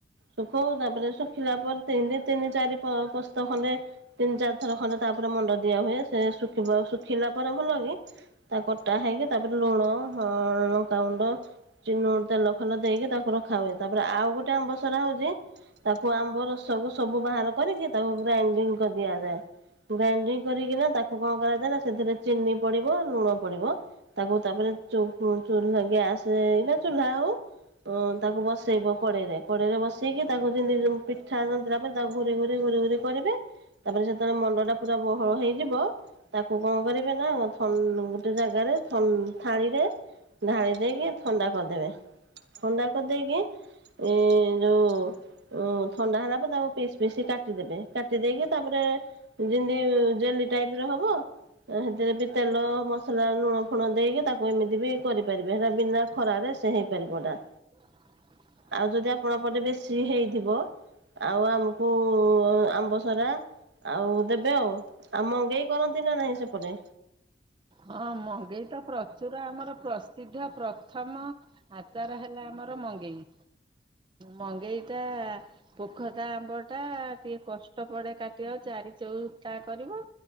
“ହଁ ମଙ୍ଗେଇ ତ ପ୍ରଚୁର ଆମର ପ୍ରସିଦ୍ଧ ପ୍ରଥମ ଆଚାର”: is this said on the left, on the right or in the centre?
Right